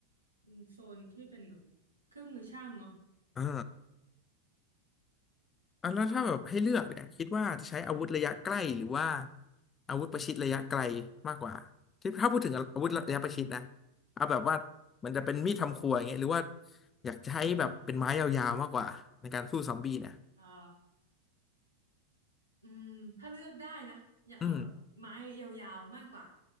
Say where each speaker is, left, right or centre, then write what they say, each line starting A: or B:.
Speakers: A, on the right (about 85°); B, on the left (about 20°).
A: เป็นโซนที่เป็นแบบเครื่องมือช่างเนาะ
B: อ่า อ่ะแล้วถ้าแบบให้เลือกเนี่ยคิดว่าจะใช้อาวุธระยะใกล้หรือว่า
A: อืม
B: อาวุธประชิดระยะไกลมากกว่าที่ถ้าพูดถึงอาวุธระยะประชิดนะเอาแบบว่ามันจะเป็นมีดทำครัวอย่างเงี้ยหรือว่าอยากใช้แบบเป็นไม้ยาวๆมากกว่าในการสู้ซอมบี้เนี่ย
A: อ่า อืมถ้าเลือกได้นะอยากเอาแบบไม้ยาวๆมากกว่า
B: อืม